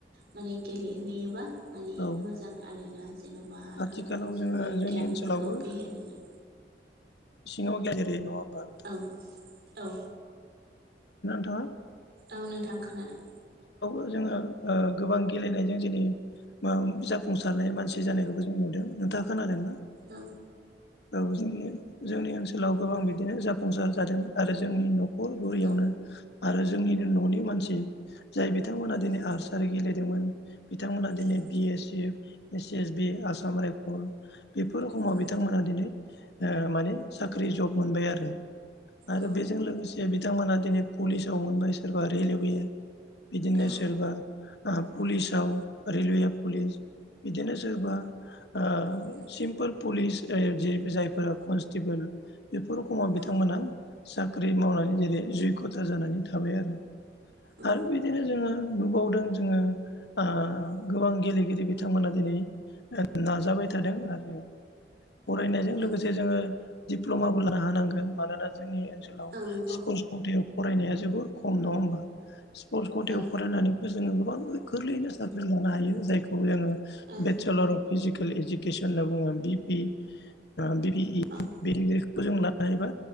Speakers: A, on the right (about 65°); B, on the left (about 75°).
A: माने गेलेहैयोबा माने
B: औ
A: मोजां आरोना जेन'बा
B: आथिखालाव
A: ओ जोंनि
B: जोङो
A: गियानफोरखौ
B: ओनसोलावबो
A: फेहेर होनो
B: सिङाव गेलेनाय जायो नङा होनबा
A: औ औ
B: अ
A: औ नोंथां खोनादों
B: जोङो गोबां गेलेनायजों जेरै जाफुंसारनाय मानसि जानायखौबो जों नुदों नोंथाङा खोनादों ना
A: औ
B: औ जों जोंनि ओनसोल ओनसोलाव गोबां बिदिनो जाफुंसार जादों आरो जोंनि न'खर गुरियावनो
A: औ
B: आरो जोंनि न'नि मानसि जाय बिथांमोना दिनै
A: उम
B: आर्सारि गेलेदोंमोन। बिथांमोना दिनै
A: उम
B: B S F S S B Assam rifle बेफोर रखमाव
A: उम
B: बिथांमोनहा दिनै माने ओ साख्रि जब मोनबाय आरो आरो
A: औ
B: बेजों लोगोसे बिथांमोना दिनै पुलिसाव मोनबाय सोरबा रेलवे बिदिनो
A: औ
B: सोरबा ओ पुलिसाव रेलवे पुलिस बिदिनो सोरबा ओ
A: उम
B: सिम्पोल पुलिस जायफोरा कनस्टेबोल बेफोर रखमाव बिथांमोनहा
A: औ
B: साख्रि मावनानै जेरै जैग्यथा जानानै थाबाय आरो।
A: औ
B: आरो बिदिनो जोङो नुबावदों जोङो ओ गोबां गेलेगिरि बिथांमोना दिनै नाजाबाय थादों आरो फरायनायजों लोगोसे
A: औ
B: जोङो दिप्ल'माबो लानो हानांगोन मानोना जोंनि ओनसोलाव
A: औ नंगौ
B: स्पर्टस
A: औ
B: कतायाव फरायनाया जोबोर खम नङा होमबा? स्पर्टस कथायाव
A: औ
B: फरायनानैबो जोङो गोबां गोरलैयैनो साख्रि लानो हायो जायखौ जोङो
A: औ
B: <unintelligible> अफ फिजिकेल इडुकेसन होनना बुङो बि पि ओ बि पि इ
A: औ उम
B: दैदिरगिरिखौ जों लानो हायोबा